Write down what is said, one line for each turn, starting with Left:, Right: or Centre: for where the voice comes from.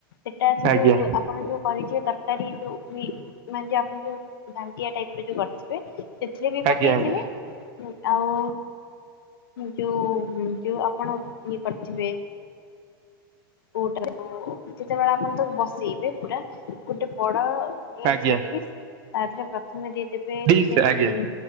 Left: ସେଟା ସେ
Right: ଆଜ୍ଞା
Left: ଯୋଉ ଆପଣ ଯୋଉ କରିଥିବେ ତର କାରି ଯୋଉ ଇ ମାନେ ଯୋଉ ଆପଣ ଯୋଉ ଘାଣ୍ଟିଆ ଟାଇପ୍ ରେ ଯୋଉ କରିଥିବେ ସେଥିରେ ବି
Right: ଆଜ୍ଞା
Left: ପକେଇଥିବେ ଉଁ, ଆଉ ଯୋଉ ଉଁ ଯୋଉ ଆପଣ ଇଏ କରିଥିବେ କୋଉଟାକୁ ଯେତେବେଳେ ଆପଣ ତାକୁ ବସେଇବେ ପୁରା ଗୋଟେ ବଡ
Right: ଆଜ୍ଞା
Left: ସୁଇଟିକିସ୍
Right: ଆଜ୍ଞା।
Left: ତା ଧେରେ ପ୍ରଥମେ ଦେ ଦେବେ
Right: ଡିସ୍
Left: ସେ ଯୋଉ
Right: ଆଜ୍ଞା
Left: ଉଁ